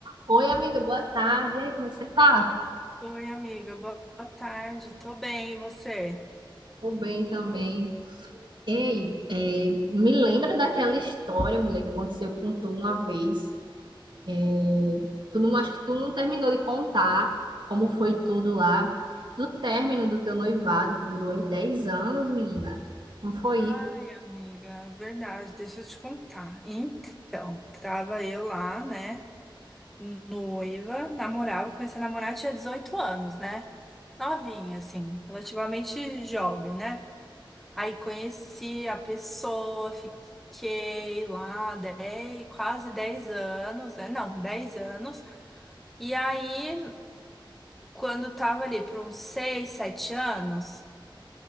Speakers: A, on the right; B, in the centre.
A: Oi, amiga, boa tarde. E aí, como é que você tá?
B: Oi, amiga, boa tarde. Tô bem, e você?
A: Tô bem também. Ei, é, me lembra daquela história, mulher, que aconteceu com tu uma vez. É, Tu não, acho que tu não terminou de contar como foi tudo lá, do término do teu noivado, que durou aí 10 anos, menina. Como foi?
B: Ai, amiga, é verdade, deixa eu te contar. Então, tava eu lá, né, noiva, namorava, comecei a namorar, tinha 18 anos, né? Novinha, assim, relativamente jovem, né? Aí conheci a pessoa, fiquei lá 10, quase 10 anos, né? Não, 10 anos. E aí, quando tava ali por uns 6, 7 anos.